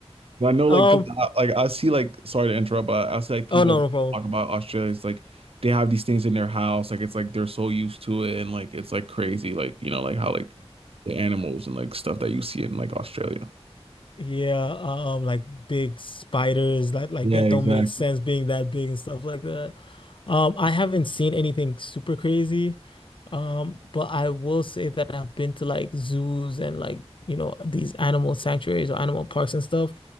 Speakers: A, on the right (about 60°); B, on the left (about 50°).
A: I know
B: Um.
A: like 'cause I, like I see like sorry to interrupt, but I see like people
B: Oh no, no problem.
A: talk about Australia. It's like they have these things in their house. Like it's like they're so used to it, and like it's like crazy. Like you know like how like the animals and like stuff that you see in like Australia.
B: Yeah. Um. Like big spiders, like like
A: Yeah,
B: that
A: exactly.
B: don't make sense being that big and stuff like that. Um. I haven't seen anything super crazy. Um, but I will say that I've been to like zoos and like, you know, these animal sanctuaries or animal parks and stuff,